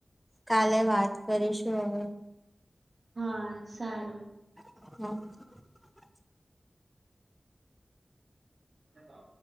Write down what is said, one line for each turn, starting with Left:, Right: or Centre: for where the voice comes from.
Centre: કાલે વાત કરીશું હવે.
Right: હા સારું.
Centre: હ.
Right: હેલો.